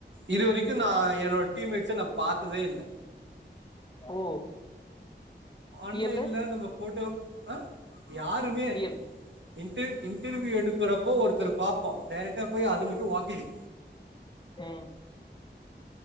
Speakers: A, on the right; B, on the left.
A: இது வரிக்கு நா என்னோட் டீம்மேட்ஸ நா பாத்ததே இல்ல
B: ஓ
A: ஆன்லைன்ல
B: டி எல்லு
A: நம்ம ஃபோட்டோ ஆ யாருமே
B: டி எல்
A: இன்டர் இன்டர்வியூ எடுக்கறப்போ ஒருத்தரு பாப்போ டேரெக்டா போயி அது மட்டு வாக்கிங்
B: ம்